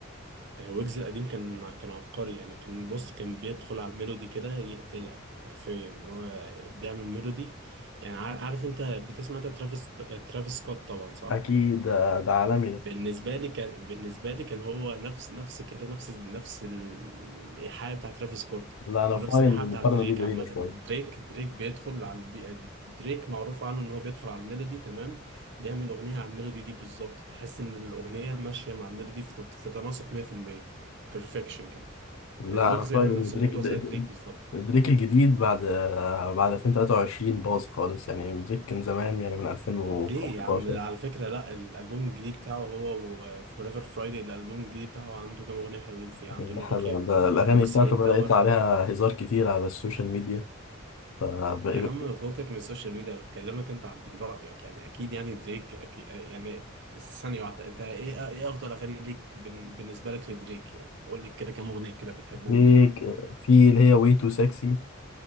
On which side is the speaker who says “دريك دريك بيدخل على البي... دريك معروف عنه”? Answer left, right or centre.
Right